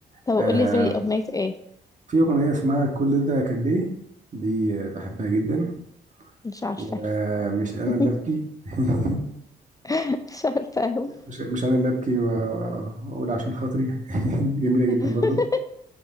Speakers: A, on the left (about 20°); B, on the right (about 40°).
A: طب
B: آه
A: قول لي زي اغنيه ايه
B: في أغنية اسمها كل ده كان ليه دي آه، بحبها جدا
A: مش عارفه
B: ومش أنا
A: <laughs>
B: اللي أبكي <laughs>
A: مش عارفه أوي.
B: مش مش أنا اللي أبكي و- وأقول عشان خاطري <laughs> دي جميلة جدا
A: <laughs>
B: برضو